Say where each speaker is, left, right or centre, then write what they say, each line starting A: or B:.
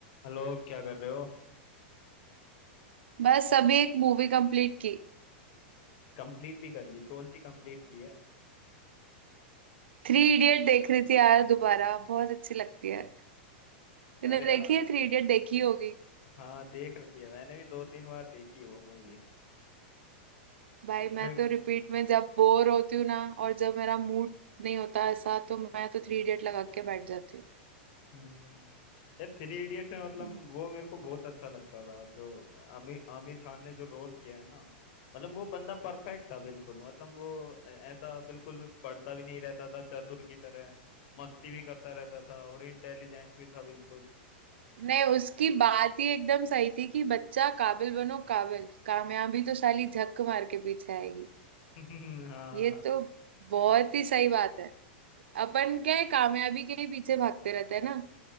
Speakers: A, on the left; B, on the right.
A: Hello क्या कर रहे हो
B: बस अभी एक मूवी कंप्लीट की
A: कंप्लीट भी कर ली कौन सी कंप्लीट की है
B: थ्री इडियट देख रही थी यार दोबारा बहुत अच्छी लगती है तूने
A: अरे
B: देखी
A: यार
B: है थ्री इडियट देखी होगी
A: हाँ देख रखी है मैंने भी दो तीन बार देखी है वो मूवी
B: भाई
A: उसमें
B: मैं तो रिपीट में जब बोर होती हूँ ना और जब मेरा मूड नहीं होता ऐसा तो मैं तो थ्री इडियट लगा के बैठ जाती
A: हम्म यार थ्री इडियट्स में मतलब
B: हूँ
A: वो मेरे को बहुत अच्छा लगता था जो आमिर आमिर खान ने जो रोल किया है ना मतलब वो बंदा परफेक्ट था बिल्कुल मतलब वो ऐ- ऐसा बिल्कुल पढ़ता भी नहीं रहता था चतुर की तरह मस्ती भी करता रहता था और इंटेलिजेंट भी था बिल्कुल
B: नहीं उसकी बात ही एकदम सही थी कि बच्चा काबिल बनो काबिल कामयाबी तो साली झक मार के पीछे आएगी
A: <laughs> हाँ
B: ये तो बहुत ही सही बात है अपन क्या है कामयाबी के ही पीछे भागते रहते हैं ना